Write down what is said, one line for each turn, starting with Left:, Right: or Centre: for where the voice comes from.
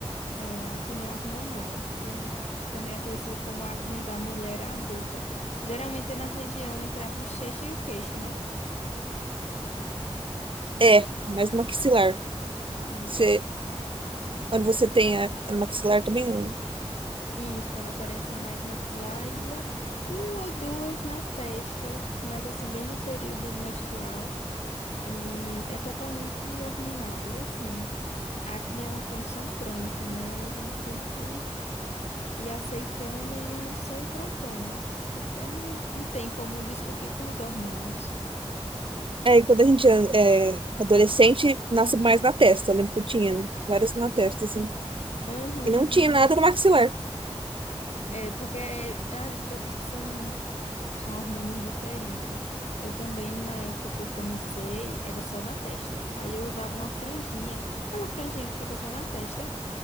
Left: É, a acne hormonal, que, que também é conhecido como acne da mulher adulta. Geralmente é na região entre a bochecha e o queixo, né?
Right: É, mas no maxilar.
Left: Isso,
Right: Você,
Left: é-
Right: quando você tem a, é no maxilar também. não.
Left: isso quando aparece é mais maxilar e a- um ou duas na testa, mas assim, bem no período menstrual. E é totalmente hormonal. E assim, a acne é uma condição crônica, né? A gente tem que ir aceitando e só ir tratando, porque não, não tem como discutir com os hormônios.
Right: É, e quando a gente é é adolescente, nasce mais na testa. Eu lembro que eu tinha, né? Várias na testa, assim.
Left: Aham,
Right: E não
Left: as
Right: tinha
Left: minhas.
Right: nada no maxilar.
Left: É, porque é, ah, acredito que são, são hormônios diferentes. Eu também, na época que eu comecei, era só na testa. Aí eu usava uma franjinha, aquela franjinha que fica só na testa.